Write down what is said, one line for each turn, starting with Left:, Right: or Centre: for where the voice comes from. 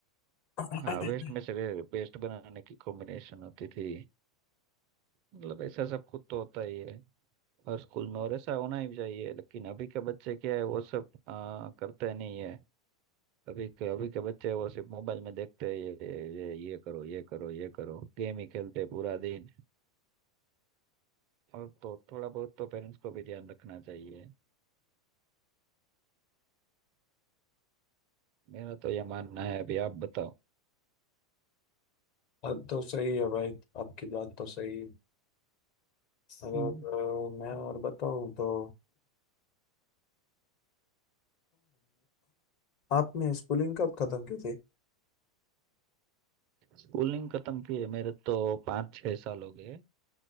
Left: <laughs>
Right: हाँ वेस्ट में से बेस्ट बनाने की कॉम्बिनेशन होती थी मतलब ऐसा सब कुछ तो होता ही है और स्कूल में और ऐसा होना ही चाहिए लेकिन अभी के बच्चे क्या है वो सब अ, करते नहीं है अभी के अभी के बच्चे वो सिर्फ मोबाइल में देखते हैं ये ये ये करो ये करो ये करो गेम ही खेलते हैं पूरा दिन और तो थोड़ा बहुत तो पेरेंट्स को भी ध्यान रखना चाहिए मेरा तो ये मानना है अभी आप बताओ
Left: अब तो सही है भाई आपकी बात तो सही है अगर
Right: हम्म।
Left: अ, मैं और बताऊं तो आपने स्कूलिंग कब खत्म की थी
Right: स्कूलिंग खत्म की है मेरे तो पाँच छः साल हो गए